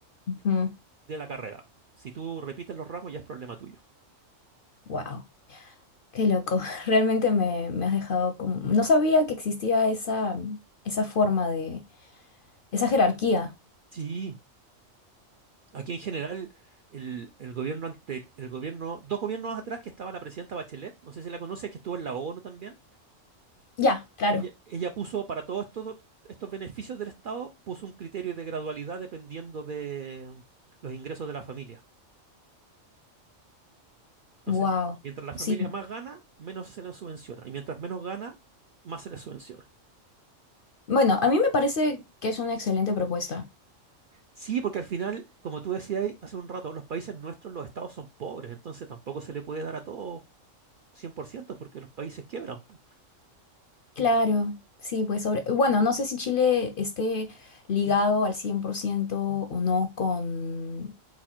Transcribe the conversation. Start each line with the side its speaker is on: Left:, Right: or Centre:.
Left: Ujú.
Right: de la carrera. Si tú repites los ramos ya es problema tuyo.
Left: Wow, qué loco. <laughs> Realmente me, me has dejado como... No sabía que existía esa, esa forma de... esa jerarquía.
Right: Sí, aquí en general el, el gobierno ante, el gobierno, dos gobiernos atrás que estaba la presidenta Bachelet, no sé si la conoces, que estuvo en la ONU también,
Left: Ya, claro.
Right: Ella, ella puso para todos estos, estos beneficios del Estado, puso un criterio de gradualidad dependiendo de los ingresos de la familia. Entonces,
Left: Wow.
Right: mientras la familia
Left: Sí.
Right: más gana, menos se le subvenciona. Y mientras menos gana, más se le subvenciona.
Left: Bueno, a mí me parece que es una excelente propuesta.
Right: Sí, porque al final, como tú decías ahí hace un rato, los países nuestros, los estados son pobres, entonces tampoco se le puede dar a todos 100% porque los países quiebran. po.
Left: Claro. Sí, pues sobre... Bueno, no sé si Chile esté ligado al 100% o no con,